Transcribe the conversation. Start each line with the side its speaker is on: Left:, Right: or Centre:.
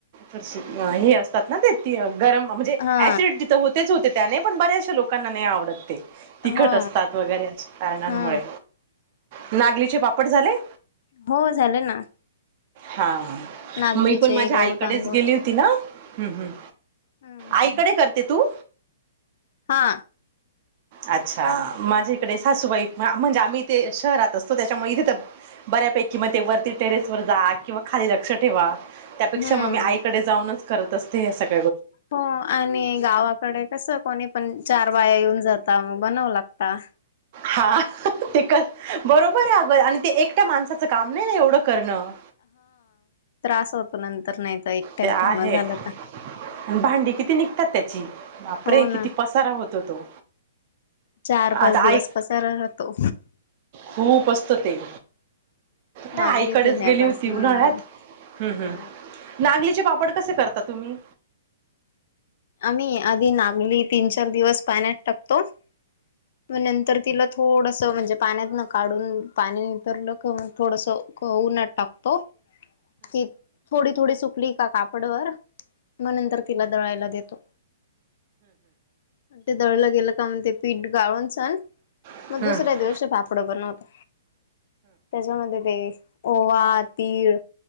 Right: हे
Left: हम्म
Right: असतात ना ते गरम म्हणजे
Left: हा
Right: ऍसिड तिथं होतेच होते त्याने पण बऱ्याचशा लोकांना नाही आवडतते तिखट
Left: हा
Right: असतात वगैरे कारणांमुळे
Left: हा
Right: नागलीचे पापड झाले
Left: हो झालं ना
Right: हा
Left: नागलीचे
Right: मी पण माझ्या
Left: गहू
Right: आईकडेच
Left: तांदूळचे
Right: गेली होती ना हम्म हम्
Left: हम्म
Right: आईकडे करते तू
Left: हा
Right: अच्छा माझ्याकडे सासूबाई म्हणजे आम्ही तेे शहरात असतो त्याच्यामुळे इथे तर बऱ्यापैकी मग ते वरती टेरेस वर जा किंवा खाली लक्ष ठेवा त्यापेक्षा
Left: हम्म
Right: मग मी आईकडे जाऊनच करत असते या सगळ
Left: हो आणि गावाकडे कस कोणी पण चार बाया येऊन जात बनवू लागता.
Right: हा ते बरोबर आहे अगर आणि ते एक ठ्या माणसाचं काम नाही ना एवढं करणं.
Left: अस होतो नंतर नाही तर एकट्या
Right: ते आहे
Left: करन झालं तर
Right: आणि भांडी किती निघतात त्याची बापरे
Left: हो
Right: किती
Left: ना
Right: पसारा होतो तो.
Left: चार
Right: आता
Left: पाच दिवस
Right: ऐक
Left: पसारा राहतो
Right: खूप असत ते. का
Left: नागली
Right: आईकडेच
Left: धुण्यापासनं
Right: गेली होती उन्हाळ्यात हम्
Left: हा
Right: हम् नागलीचे पापड कसे करता तुम्ही
Left: आम्ही आधी नागली तीन चार दिवस पाण्यात टाकतो मग नंतर तिला थोडसं म्हणजे पाण्यात न काढून पाणी नितरलं थोडस हो उन्हात टाकतो की थोडी थोडी सुकली का कापडवर मग नंतर तिला दळायला देतो ते दळलं गेलं ते पीठ गाळून सन
Right: तिखीशी
Left: मग दुसऱ्या दिवशी पापड बनवतो त्याच्यामध्ये ते ओवा, तीळ